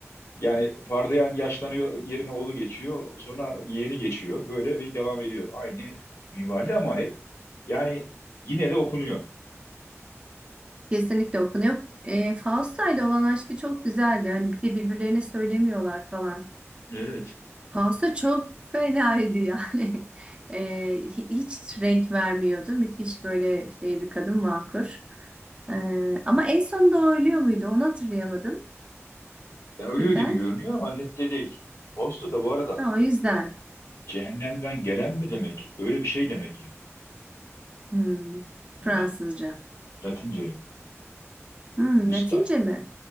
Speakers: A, on the left; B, on the right.
A: Yani Pardayan yaşlanıyor yerine oğlu geçiyor. Sonra yeğeni geçiyor. Böyle bir devam ediyor. Aynı minvalde ama hep yani yine de okunuyor.
B: Kesinlikle okunuyor. E, Fausta ile olan aşkı çok güzeldi. Hani bir de birbirlerine söylemiyorlar falan.
A: Evet.
B: Fausta çok fenaydı yani. <laughs> E, hi- hiç renk vermiyordu. Müthiş böyle şey bir kadın vakur. Ee, ama en sonunda o ölüyor muydu? Onu hatırlayamadım.
A: Ya ölüyor
B: Birden.
A: gibi görünüyor ama nette değil. Posta da bu arada
B: Ha, o yüzden.
A: e, cehennemden gelen mi demek? Öyle bir şey demek yani.
B: Hmm, Fransızca.
A: Latince. Latince.
B: Hmm,
A: Pusta.
B: Latince mi?